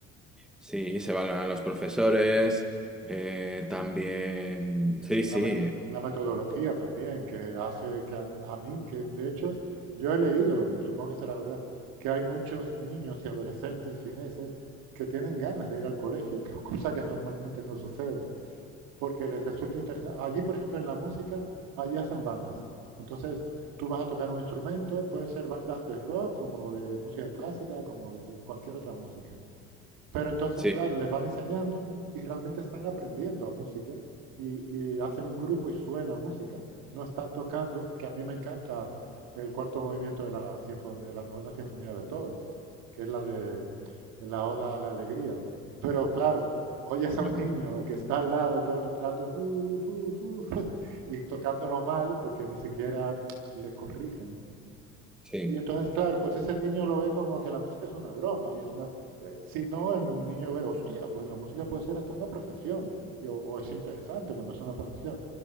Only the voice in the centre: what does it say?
Sí, se valoran los profesores, eh, también... Sí, sí,
eh,
sí.
Hola,
con-
Sí,